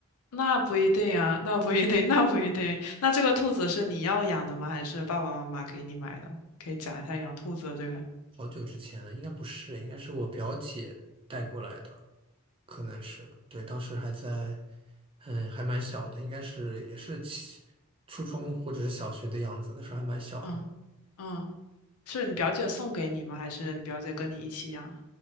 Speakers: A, on the left; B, on the right.
A: 那不一定啊，那不一定，<laughs> 那不一定。那这个兔子是你要养的吗？还是爸爸妈妈给你买的？可以讲一下养兔子的这个。
B: <laughs> 好久之前了，应该不是，应该是我表姐带过来的，可能是，对，当时还在，嗯，还蛮小的，应该是也是起初中或者是小学的样子，那时候还蛮小的，
A: 嗯嗯，是你表姐送给你吗？还是你表姐跟你一起养？